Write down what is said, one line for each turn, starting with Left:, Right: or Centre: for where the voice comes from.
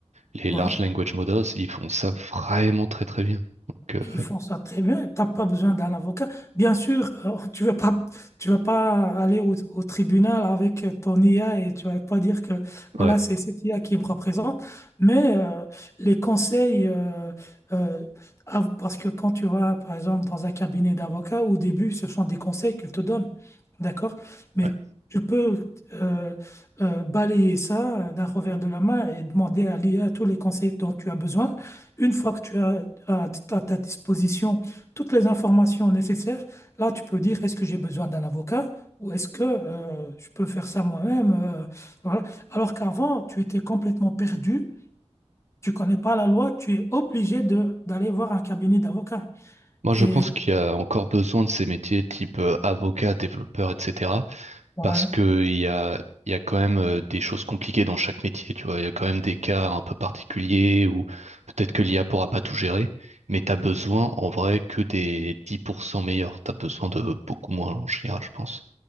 Right: les
Left: voilà.
Right: Large Language Models, ils font ça vraiment très très bien. Donc,
Left: Ils font ça très bien. T'as pas besoin d'un avocat. Bien sûr, euh, tu veux pas, tu vas pas aller au, au tribunal avec ton IA et tu vas pas dire que voilà,
Right: euh, ouais,
Left: c'est cette IA qui me représente. Mais euh, les conseils, euh, euh, ah, parce que quand tu vas, par exemple, dans un cabinet d'avocat, au début, ce sont des conseils qu'ils te donnent. D'accord? Mais
Right: ouais.
Left: tu peux euh, euh, balayer ça d'un revers de la main et demander à l'IA tous les conseils dont tu as besoin. Une fois que tu as à à ta disposition toutes les informations nécessaires, là, tu peux dire, est-ce que j'ai besoin d'un avocat ou est-ce que euh, je peux faire ça moi-même euh, voilà. Alors qu'avant, tu étais complètement perdu, tu connais pas la loi, tu es obligé de d'aller voir un cabinet d'avocats.
Right: Moi,
Left: Et
Right: je pense qu'il y a encore besoin de ces métiers type euh, avocat, développeur, etc.
Left: ouais,
Right: parce que il y a, il y a quand même euh, des choses compliquées dans chaque métier, tu vois. Il y a quand même des cas un peu particuliers où peut-être que l'IA pourra pas tout gérer, mais t'as besoin en vrai que des 10% meilleurs. T'as besoin de beaucoup moins en général, je pense.